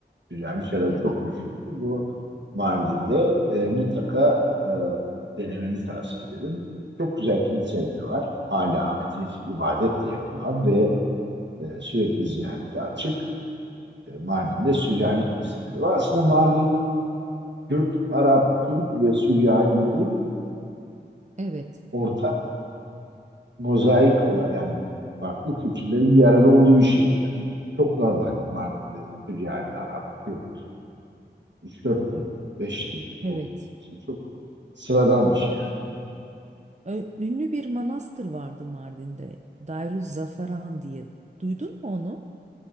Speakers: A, on the right; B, on the right.
A: Süryani şarabı
B: Evet.
A: çok meşhur. Bu Mardin'de e, mutlaka e, denemeni tavsiye ederim. Çok güzel kiliseleri var. Hala aktif, ibadet de yapılan ve e, sürekli ziyarete açık. E, Mardin'de Süryani kiliseleri var. Aslında Mardin, Kürt, Arap, Türk ve Süryanilerin
B: Evet.
A: ortak mozaik olay yani farklı kültürlerin bir arada olduğu bir şehir yani. Çok normaldir Mardin'de Süryani, Arap, Kürt, üç dört dil, 5 dil konuşması
B: Evet.
A: çok sıradan bir şey yani.
B: Ö- Ünlü bir manastır vardı Mardin'de. Darul Zafaran diye. Duydun mu onu?